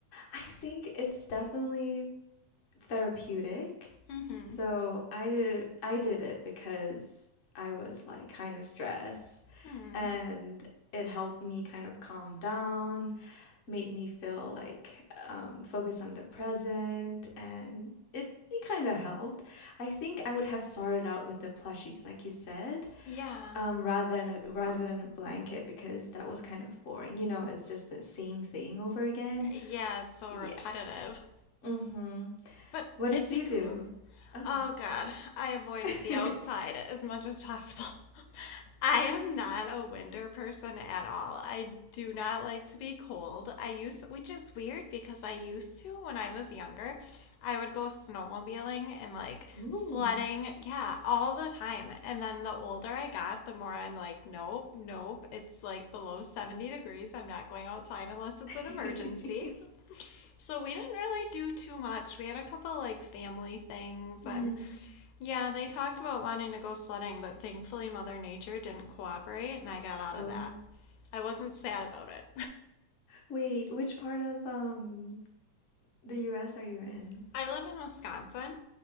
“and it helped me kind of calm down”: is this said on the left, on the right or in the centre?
Left